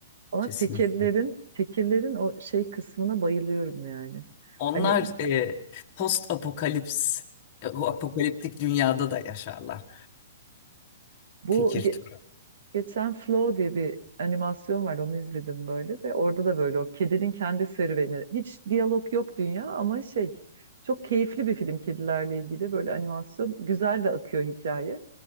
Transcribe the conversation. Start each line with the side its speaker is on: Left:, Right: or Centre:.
Right: Ama
Left: Kesinlikle.
Right: tekellerin tekellerin o şey kısmına bayılıyorum yani.
Left: Onlar
Right: Hani
Left: e, post apokalips, e, o apokaliptik dünyada da yaşarlar.
Right: bu
Left: Tekir
Right: ge-
Left: türü.
Right: geçen Flow diye bir animasyon var onu izledim böyle de orada da böyle o kedinin kendi serüveni. Hiç diyalog yok dünya ama şey çok keyifli bir film kedilerle ilgili böyle animasyon. Güzel de akıyor hikaye.